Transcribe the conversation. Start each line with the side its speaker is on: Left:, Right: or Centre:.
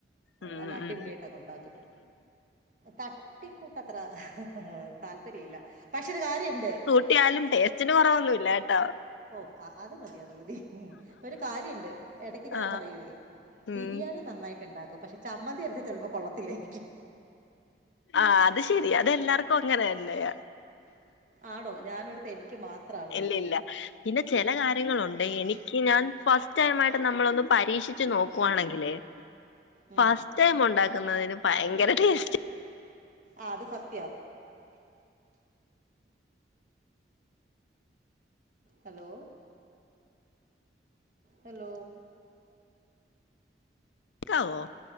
Left: ഉം
Right: അല്ല അടിപൊളിയായിട്ടൊക്കെ
Left: ഉം
Right: ഉണ്ടാക്കും തട്ടിക്കൂട്ടത്ര ആഹ് താല്പര്യം ഇല്ല പക്ഷെ ഒരു കാര്യുണ്ട്.
Left: ട്ടിലാലും ടേസ്റ്റിന് കൊറവൊന്നുല്ല കെട്ടോ
Right: ഓഹ് അത് മതി അത് മതി ഒരു കാര്യംണ്ട് എടക്ക് ഞാൻ
Left: ആ
Right: പറയുവേ
Left: ഉം
Right: ബിരിയാണി നന്നായിട്ട് ഇണ്ടാക്കും പക്ഷെ ചമ്മന്തി അരച്ച ചെലപ്പൊ കൊള്ളത്തില്ലായിരിക്കും.
Left: ആഹ് അത് ശരിയ അതെല്ലാർക്കു അങ്ങനെന്നെയാ
Right: ആണോ ഞാനോടത്ത് എനിക്ക് മാത്രമാണെന്ന്
Left: ഇല്ലില്ല പിന്നെ ചെല കാര്യങ്ങളുണ്ട് എനിക്ക് ഞാൻ ഫസ്റ്റ് ടൈമായിട്ട് നമ്മളൊന്ന് പരീക്ഷിച്ച് നോക്കുവാണെങ്കില്
Right: ഉം.
Left: ഫസ്റ്റ് ടൈമുണ്ടാക്കുന്നതിന് പയങ്കര ടേസ്റ്റ
Right: ആഹ് അത് സത്യ ഹലോ ഹലോ
Left: ക്കാവോ?